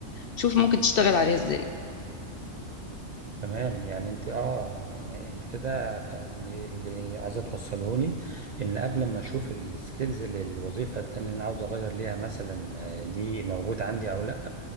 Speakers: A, on the left (about 60°); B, on the right (about 60°).
A: شوف ممكن تشتغل عليها ازاي
B: تمام يعني انت اه يعني انت كده ف- يعني اللي عايزه توصله لي ان قبل ما اشوف السكيلز للوظيفه التانيه اللي انا عاوز اغير ليها مثلا آه، دي موجوده عندي او لا